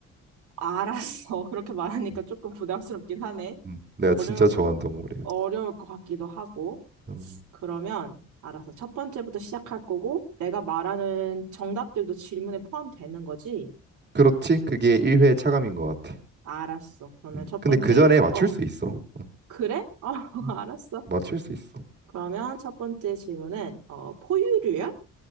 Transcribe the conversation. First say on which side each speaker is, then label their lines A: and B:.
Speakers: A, on the right; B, on the right.
A: 알았어. <laughs> 그렇게 말하니까
B: 음.
A: 조금 부담스럽긴 하네.
B: 음. 내가 진짜
A: 어려울
B: 좋아하는
A: 것 같,
B: 동물이야.
A: 어려울 것 같기도 하고.
B: 음.
A: 그러면, 알았어. 첫 번째부터 시작할 거고, 내가 말하는 정답들도 질문에 포함되는 거지?
B: 그렇지? 그게 1회 차감인 것 같아.
A: 알았어. 그러면
B: 음.
A: 첫
B: 근데
A: 번째,
B: 그 전에 맞출
A: 어,
B: 수 있어. 음.
A: 그래? <laughs> 어,
B: 음.
A: 알았어.
B: 맞출 수 있어.
A: 그러면 첫 번째 질문은, 어, 포유류야?